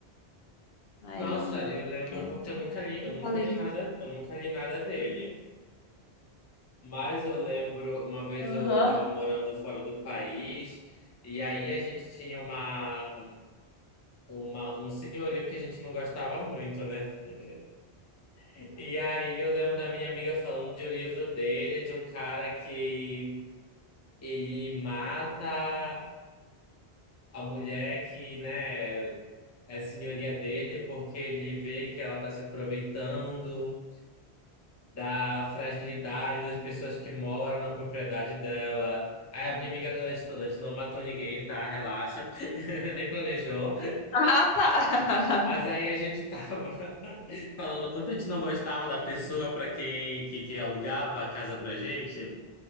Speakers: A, on the left (about 70°); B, on the left (about 25°).
A: Aí,
B: Nossa, eu lembro
A: então,
B: porque eu nunca
A: por
B: li,
A: isso que
B: eu
A: eu
B: nunca
A: falei
B: li
A: que.
B: nada, eu nunca li nada dele. Mas eu lembro, uma vez
A: Aham.
B: eu estava morando fora do país e aí a gente tinha uma, uma um senhorio que a gente não gostava muito, né? <laughs> E aí eu lembro da minha amiga falando de um livro dele, de um cara que ele mata a mulher que, né? É senhoria dele porque ele vê que ela está se aproveitando da fragilidade das pessoas que moram na propriedade dela. Aí a minha amiga, a gente, não, a gente não matou ninguém, tá? Relaxa. <laughs> Nem planejou.
A: Ah, tá. <laughs>
B: Mas aí a gente tava <laughs> falando quanto a gente não gostava da pessoa para quem que, que alugava a casa pra gente.